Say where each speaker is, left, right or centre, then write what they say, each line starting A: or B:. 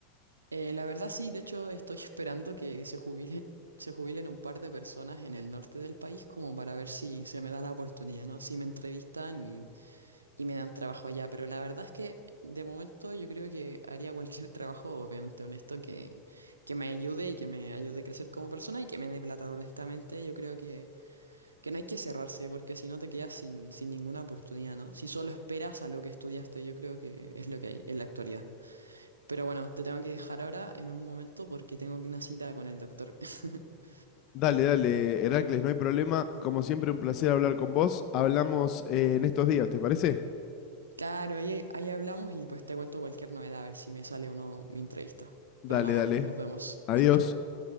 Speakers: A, on the right; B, on the left.
A: Eh, la verdad sí, de hecho estoy <laughs> esperando que se jubilen, se jubilen un par de personas en el norte del país como para ver si se me da la oportunidad, ¿no? Si me entrevistan y y me dan trabajo allá, pero la verdad es que de momento yo creo que haría cualquier <laughs> trabajo, obviamente honesto, que, que me ayude y que me ayude a crecer como persona y que me dé plata, honestamente. Yo creo que, que no hay que cerrarse, porque si no te quedas sin, sin ninguna oportunidad, ¿no? Si solo esperas a lo que estudiaste, yo creo que es lo que hay en la actualidad. Pero bueno, te tengo que dejar ahora en un momento porque tengo una cita con el doctor. <laughs>
B: Dale, dale, Heracles, no hay problema. Como siempre, un placer hablar con vos. Hablamos eh, en estos días, ¿te parece?
A: Claro, ahí, ahí hablamos y pues te cuento cualquier novedad, a ver si me sale o no mi entrevista.
B: Dale,
A: Pero nada,
B: dale.
A: pues nos vemos.
B: Adiós.
A: Chao, chao.